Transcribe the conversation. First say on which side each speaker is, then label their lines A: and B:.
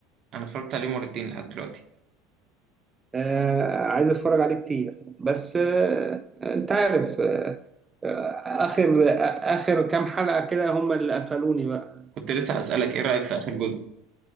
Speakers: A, on the right; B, on the right.
A: انا اتفرجت عليه مرتين لحد دلوقتي
B: آه عايز اتفرج عليه كتير بس آه انت عارف آه آه، اخر آه، اخر كام حلقه كده هم اللي قفلوني بقى
A: كنت لسه اسالك ايه رايك في اخر جزء